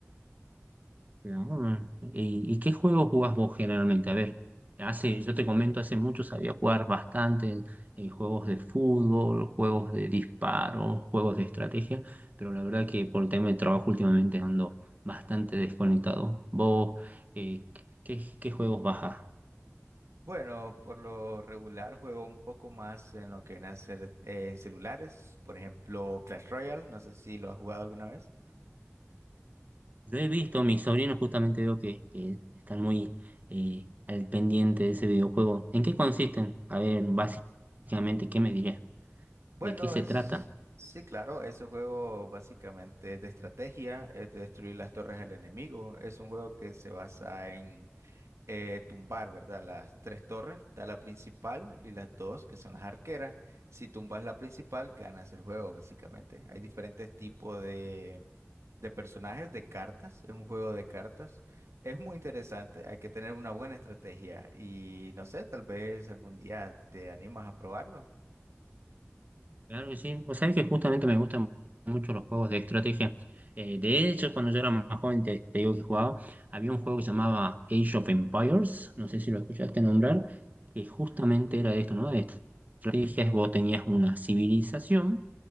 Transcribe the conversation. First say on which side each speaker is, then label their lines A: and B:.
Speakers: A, on the right (about 35°); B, on the right (about 75°).
A: Bien, mm. ¿Y, y qué juegos jugás vos generalmente? A ver, hace, yo te comento, hace mucho sabía jugar bastante eh, juegos de fútbol, juegos de disparo, juegos de estrategia, pero la verdad que por el tema de trabajo últimamente ando bastante desconectado. ¿Vos eh, qué, qué juegos bajás?
B: Bueno, por lo regular juego un poco más en lo que viene a ser eh, en celulares, por ejemplo, Clash Royale, no sé si lo has jugado alguna vez.
A: Lo he visto, mis sobrinos justamente veo que, que están muy eh, al pendiente de ese videojuego. ¿En qué consisten? A ver, básicamente, ¿qué me dirías?
B: Bueno,
A: ¿De qué se
B: es,
A: trata?
B: sí, claro, es un juego básicamente de estrategia, es de destruir las torres al enemigo, es un juego que se basa en eh, tumbar, ¿verdad? Las tres torres, está la principal y las dos que son las arqueras. Si tumbas la principal, ganas el juego, básicamente. Hay diferentes tipos de, de personajes, de cartas, es un juego de cartas. Es muy interesante, hay que tener una buena estrategia y no sé, tal vez algún día te animas a probarlo.
A: Claro que sí. Pues sabes que justamente me gustan mucho los juegos de estrategia. Eh, de hecho, cuando yo era más joven, te, te digo que jugaba, había un juego que se llamaba Age of Empires, no sé si lo escuchaste nombrar, que justamente era de esto, ¿no? De estrategias, vos tenías una civilización,